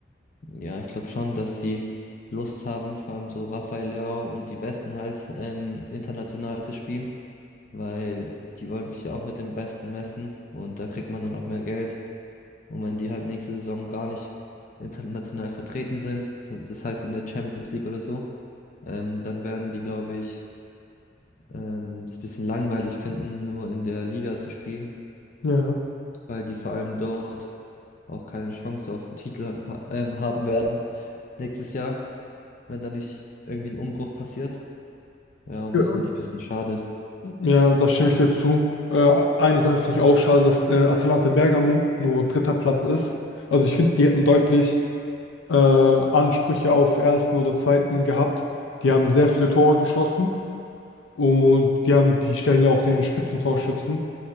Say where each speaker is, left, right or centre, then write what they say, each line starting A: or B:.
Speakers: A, on the left (about 45°); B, on the left (about 90°).
A: ja, ich glaube schon, dass die Lust haben, vor allem so Rafael Leao und die Besten halt ähm, international zu spielen, weil die wollen sich ja auch mit den Besten messen und da kriegt man dann auch mehr Geld. Und wenn die halt nächste Saison gar nicht international vertreten sind, so, das heißt in der Champions League oder so, ähm, dann werden die, glaube ich, ähm, es ein bisschen langweilig finden, nur in der Liga zu spielen,
B: Ja.
A: weil die vor allem dort auch keine Chance auf den Titel ha ähm, haben werden nächstes Jahr, wenn da nicht irgendwie ein Umbruch passiert. Ja, und
B: Ja,
A: das finde ich ein bisschen schade.
B: Ja, da stimme ich dir zu. Äh, eine Sache finde ich auch schade, dass äh, Atalanta Bergamo nur dritter Platz ist. Also ich finde, die hätten deutlich äh, Ansprüche auf ersten oder zweiten gehabt. Die haben sehr viele Tore geschossen. Und die haben, die stellen ja auch den Spitzentorschützen.